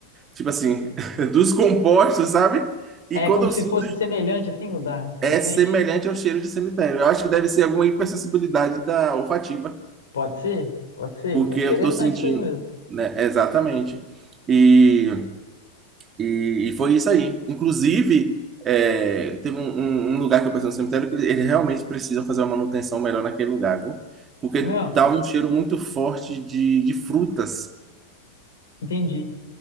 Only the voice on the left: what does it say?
É
como
se
fosse semelhante assim o da que
você sente?
Pode ser? Pode ser.
É interessante
isso aí mesmo.
É mesmo?
Entendi.